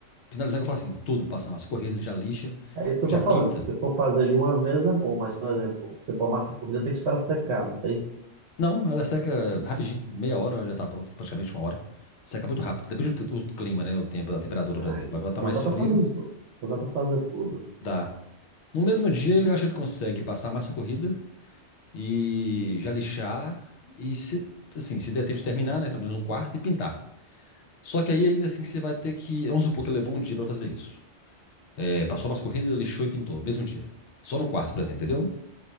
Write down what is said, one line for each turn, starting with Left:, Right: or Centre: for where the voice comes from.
Left: Finalizar que eu falo assim, tudo, passa massa corrida, já lixa,
Right: É isso que
Left: já
Right: eu tô falando.
Left: pinta.
Right: Se for fazer de uma vez é bom, mas, por exemplo, se for massa corrida, tem que esperar secar, não tem?
Left: Não, ela seca rapidinho, meia hora já tá pronto, praticamente uma hora. Seca muito rápido, depende do, t- do clima, né? O tempo, a temperatura,
Right: Ah,
Left: por exemplo.
Right: então
Left: Agora tá mais
Right: dá
Left: frio,
Right: para fazer os dois. Então dá para fazer tudo.
Left: dá. No mesmo dia, ele acha que ele consegue passar a massa corrida e já lixar e se, assim, se der tempo de terminar, né, pelo menos um quarto e pintar. Só que aí ainda assim você vai ter que, vamos supor que ele levou um dia pra fazer isso. É, passou a massa corrida, lixou e pintou no mesmo dia. Só no quarto, por exemplo, entendeu?